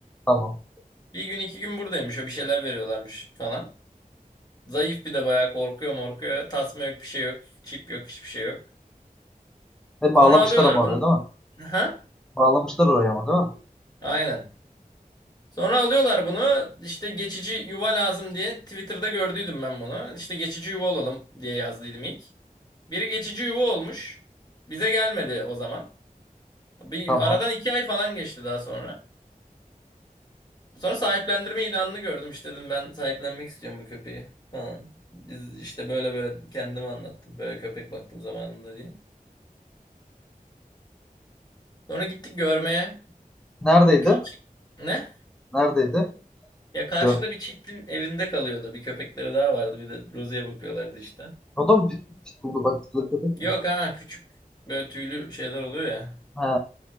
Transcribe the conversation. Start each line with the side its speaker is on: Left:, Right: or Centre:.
Centre: Tamam.
Left: Bir gün iki gün buradaymış. O bir şeyler veriyorlarmış falan. Zayıf bir de bayağı korkuyor morkuyor. Tasma yok bir şey yok. Çip yok hiçbir şey yok.
Centre: E
Left: Sonra
Centre: bağlamışlar
Left: alıyorlar
Centre: ama oraya
Left: bunu.
Centre: değil mi?
Left: Ha?
Centre: Bağlamışlar oraya ama değil mi?
Left: Aynen. Sonra alıyorlar bunu işte geçici yuva lazım diye Twitter'da gördüydüm ben bunu. İşte geçici yuva olalım diye yazdıydım ilk. Biri geçici yuva olmuş. Bize gelmedi o zaman. Bir
Centre: Tamam.
Left: aradan iki ay falan geçti daha sonra. Sonra sahiplendirme ilanını gördüm. İşte dedim ben sahiplenmek istiyorum bu köpeği falan. Biz işte böyle böyle kendime anlattım. Böyle köpek baktım zamanında diye. Sonra gittik görmeye.
Centre: Neredeydi?
Left: Karşı. Ne?
Centre: Neredeydi?
Left: Ya karşıda
Centre: Gör.
Left: bir çiftin evinde kalıyordu. Bir köpekleri daha vardı. Bir de Rozi'ye bakıyorlardı işte.
Centre: O da mı pit, pitbull'du baktıkları köpek?
Left: Yok ha küçük. Böyle tüylü şeyler oluyor ya.
Centre: He.